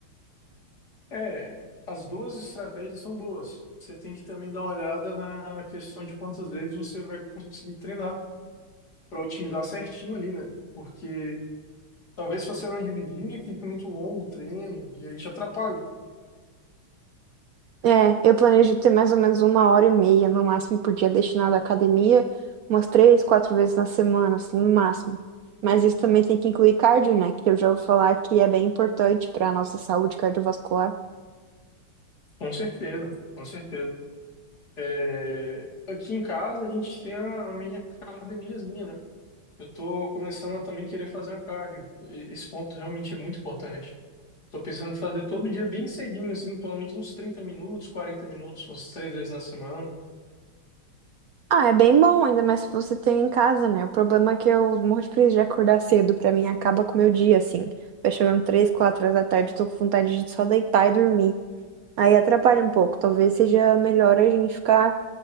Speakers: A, on the left; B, on the right.
A: É, as duas estratégias são boas. Você tem que também dar uma olhada na questão de quantas vezes você vai conseguir treinar para otimizar certinho ali, né? Porque talvez se você não dividir, fique muito longo o treino e aí te atrapalha.
B: É, eu planejo ter mais ou menos uma hora e meia no máximo por dia destinado à academia, umas três, quatro vezes na semana, assim, no máximo. Mas isso também tem que incluir cardio, né? Que eu já ouvi falar que é bem importante para a nossa saúde cardiovascular.
A: Com certeza, com certeza. É, aqui em casa a gente tem a minha academiazinha, né? Eu tô começando a também querer fazer um cardio. E- Esse ponto realmente é muito importante. Tô pensando em fazer todo dia bem cedinho, assim, pelo menos uns 30 minutos, 40 minutos, umas três vezes na semana.
B: Ah, é bem bom, ainda mais se você tem em casa, né? O problema é que eu morro de preguiça de acordar cedo, pra mim acaba com o meu dia, assim. Vai chegando três, quatro horas da tarde, eu tô com vontade de só deitar e dormir. Aí atrapalha um pouco, talvez seja melhor a gente ficar,